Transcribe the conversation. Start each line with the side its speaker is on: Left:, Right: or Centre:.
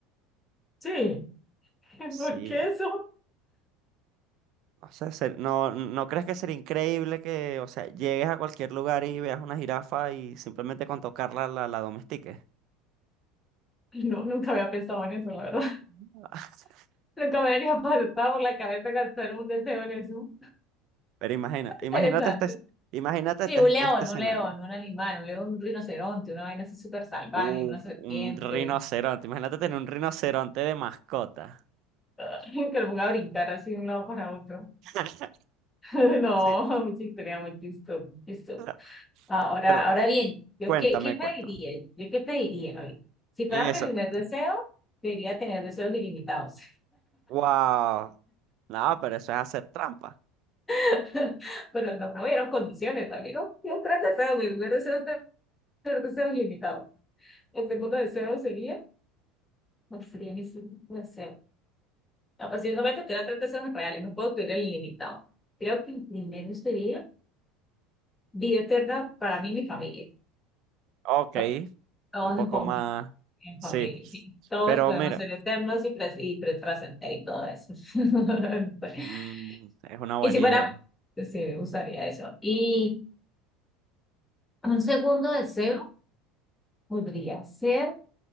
Left: Sí, <laughs>
Right: Sí,
Left: ¿por qué eso?
Right: O sea, ser- no, ¿no crees que sería increíble que, o sea, llegues a cualquier lugar y veas una jirafa y simplemente con tocarla la, la domestiques?
Left: No, nunca había pensado en eso, la verdad. <laughs>
Right: <laughs>
Left: Nunca me había pasado por la cabeza gastar un deseo en eso.
Right: Pero imagina, imagínate
Left: Interesante.
Right: este, es- imagínate
Left: Sí,
Right: este,
Left: un león,
Right: este escenario.
Left: un león, un animal, un león, un rinoceronte, una vaina así súper salvaje,
Right: Uf,
Left: una serpiente,
Right: un rinoceronte. Imagínate tener un rinoceronte de mascota.
Left: ah, <laughs> que lo ponga a brincar así de un lado para otro.
Right: <laughs>
Left: <laughs> No,
Right: Sí.
Left: mucha historia, muy chistoso, muy chistoso.
Right: Pero
Left: Ahora,
Right: pero
Left: ahora bien, ¿yo
Right: cuéntame,
Left: qué, qué pediría?
Right: cuéntame.
Left: ¿Yo qué pediría? Gaby? Si fuera
Right: Eso
Left: mi primer
Right: que
Left: deseo, pediría tener deseos ilimitados.
Right: Wow. No, pero eso es hacer trampa.
Left: <laughs> Pero no, no hubieron condiciones, amigo. Yo tres deseos, mi primer deseo es tener deseos ilimitados. El segundo deseo sería, ¿cuál sería mi segundo deseo? No, pues si no me tendrá tres deseos reales, no puedo pedir el ilimitado. Creo que el primero sería vida eterna para mí y mi familia.
Right: Ok.
Left: To- Todos
Right: Un poco
Left: en fam-
Right: más.
Left: en
Right: Sí.
Left: familia, sí. Todos
Right: Pero
Left: podemos
Right: mira,
Left: ser eternos y, tras- y tras- trascender y todo eso. <laughs>
Right: mm, es una buena
Left: Y si fuera,
Right: idea.
Left: pues, sí, me gustaría eso. Y un segundo deseo podría ser,